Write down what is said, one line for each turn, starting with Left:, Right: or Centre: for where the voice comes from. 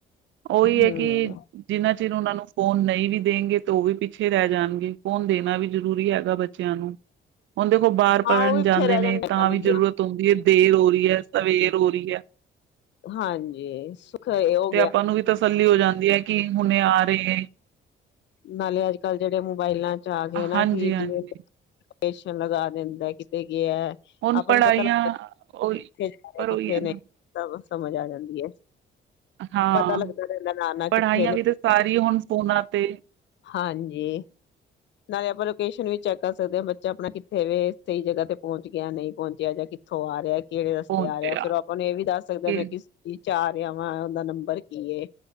Right: ਓਹੀ
Left: ਹੂੰ।
Right: ਹੈ ਕਿ ਜਿੰਨਾਂ ਚਿਰ ਉਨਾਂ ਨੂੰ ਫੋਨ ਨਹੀਂ ਵੀ ਦੇਂਗੇ ਤੋਂ ਵੀ ਪਿੱਛੇ ਰੈ ਜਾਣਗੇ, ਫੋਨ ਦੇਣਾ ਵੀ ਜ਼ਰੂਰੀ ਹੈਗਾ ਬੱਚਿਆਂ ਨੂੰ। ਹੋਣ, ਦੇਖੋ ਬਾਰ
Left: ਹਾਂ
Right: ਪੜ੍ਹਨ
Left: ਉਹ ਵੀ
Right: ਜਾਂਦੇ
Left: ਪਿੱਛੇ ਰਹਿ ਜਾਣਗੇ
Right: ਨੇ ਤਾਂ
Left: ਪਤਾ ਨੀ
Right: ਵੀ,
Left: ਗਿਆ
Right: ਜ਼ਰੂਰਤ ਹੁੰਦੀ ਏ। ਦੇਰ ਹੋ ਰੀ ਐ, ਸਵੇਰ ਹੋ ਰੀ ਐ।
Left: ਹਾਂਜੀ ਸੁਖ ਏਹੋ
Right: ਤੇ ਆਪਾਂ ਨੂੰ ਵੀ ਤਸੱਲੀ ਹੋ ਜਾਂਦੀ ਐ ਕਿ, ਹੁਣੇ ਆ ਰਹੇ ਏ।
Left: ਨਾਲੇ, ਅੱਜ- ਕੱਲ੍ਹ ਜੇੜੇ ਮੋਬਾਇਲਾਂ ਜਾ, ਗੇ, ਨਾ,
Right: ਹਾਂਜੀ
Left: ਕੀ,
Right: ਹਾਂਜੀ
Left: ਜਿਵੇ ਪੇਸ਼ਨ ਲਗਾ ਦਿੰਦਾ ਕਿਤੇ
Right: ਹੁਣ
Left: ਆਪਾਂ
Right: ਪੜ੍ਹਾਈਆਂ
Left: ਨੂੰ ਪਤਾ ਲੱਗਦਾ
Right: ਉਹੀ
Left: ਕਿੱਥੇ ਜਾ ਰਿਹਾ,
Right: ਪਰ
Left: ਕਿੱਥੇ
Right: ਉਹੀ ਹੈ ਨਾ
Left: ਨਹੀਂ ਸਮਝ ਆ ਜਾਂਦੀ ਹੈ।
Right: ਹਾਂ
Left: ਪਤਾ ਲੱਗਦਾ ਰਹਿੰਦਾ ਨਾ-ਨਾ
Right: ਪੜ੍ਹਾਈਆਂ
Left: ਕਿੱਥੇ ਨੇ
Right: ਵੀ ਤਾਂ, ਸਾਰੀ ਹੁਣ ਫੋਨਾਂ ਅਤੇ
Left: ਹਾਂਜੀ ਨਾਲੇ ਆਪਾਂ ਲੋਕੇਸ਼ਨ ਵੀ ਚੈੱਕ ਕਰ ਸਕਦੇ ਹਾਂ ਬੱਚਾ ਆਪਣਾ ਇੱਥੇ ਵੀ ਸਹੀ ਜਗ੍ਹਾ ਤੇ ਪਹੁੰਚ ਗਿਆ, ਨਹੀਂ ਪਹੁੰਚਿਆ ਜਾਂ ਕਿੱਥੋਂ ਆ ਰਿਹਾ ਕਿਹੜੇ ਰਸਤੇ
Right: ਪਹੁੰਚਿਆ
Left: ਆ ਰਹੇ, ਫਿਰਰ ਆਪਾਂ ਨੂੰ ਇਹ ਵੀ ਦੱਸ ਸਕਦੇ ਹ
Right: ਇਹ
Left: ਮੈਂ ਕਿਸ ਚ ਚਾਰ ਆਵਾਂ ਉਹਦਾ ਨੰਬਰ ਕੀ